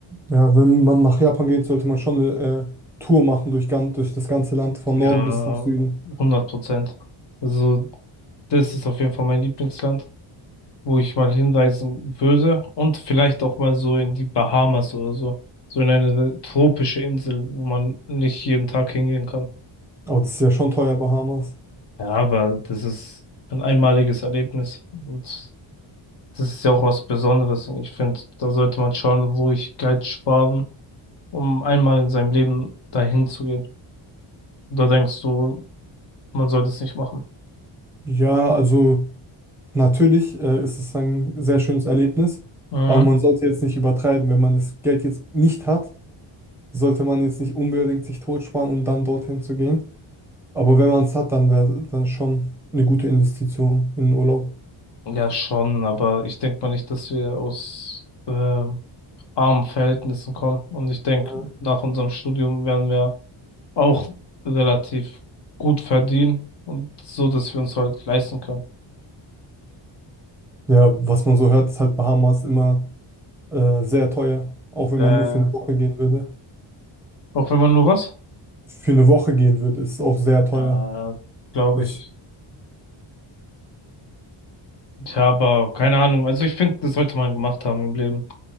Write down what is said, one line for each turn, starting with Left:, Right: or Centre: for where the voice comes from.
Centre: Ja, wenn man nach Japan geht, sollte man schon eine äh, Tour machen durch, gan- durch das ganze Land, von
Left: Ja,
Centre: Norden bis nach Süden.
Left: hundert Prozent. Also, das ist auf jeden Fall mein Lieblingsland, wo ich mal hinreisen würde und vielleicht auch mal so in die Bahamas oder so, so in eine tropische Insel, wo man nicht jeden Tag hingehen kann.
Centre: Aber das ist ja schon teuer, Bahamas.
Left: Ja, aber das ist ein einmaliges Erlebnis und das ist ja auch was Besonderes und ich finde, da sollte man schauen, wo ich Geld sparen, um einmal in seinem Leben dahin zu gehen. Da denkst du, man sollte es nicht machen.
Centre: Ja, also natürlich äh, ist es ein sehr schönes Erlebnis,
Left: Mhm.
Centre: aber man sollte jetzt nicht übertreiben. Wenn man das Geld jetzt nicht hat, sollte man jetzt nicht unbedingt sich totsparen, um dann dorthin zu gehen. Aber wenn man es hat, dann wäre dann schon eine gute Investition in den Urlaub.
Left: Ja, schon, aber ich denke mal nicht, dass wir aus ähm, armen Verhältnissen kommen. Und ich denke,
Centre: Ja.
Left: nach unserem Studium werden wir auch relativ gut verdienen und so, dass wir uns halt leisten können.
Centre: Ja, was man so hört, ist halt Bahamas immer äh, sehr teuer. Auch
Left: Äh,
Centre: wenn man nur für eine Woche gehen würde.
Left: auch wenn man nur was?
Centre: Für eine Woche gehen würde, ist es auch sehr teuer.
Left: Ja, glaube
Centre: Das,
Left: ich. Tja, aber keine Ahnung. Also ich finde, das sollte man gemacht haben im Leben.